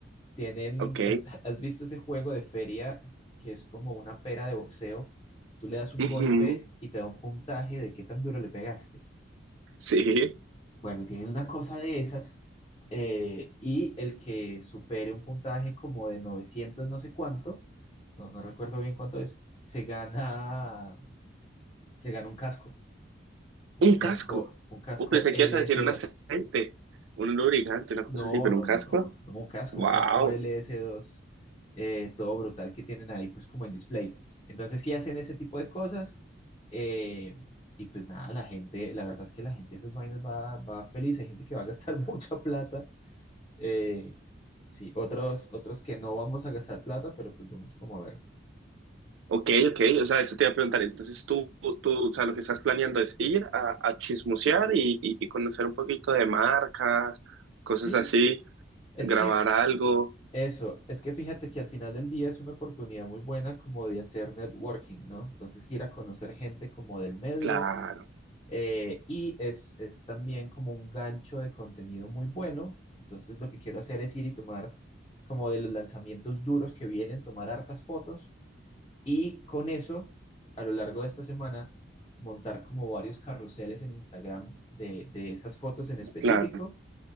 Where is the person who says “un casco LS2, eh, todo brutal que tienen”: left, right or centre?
Left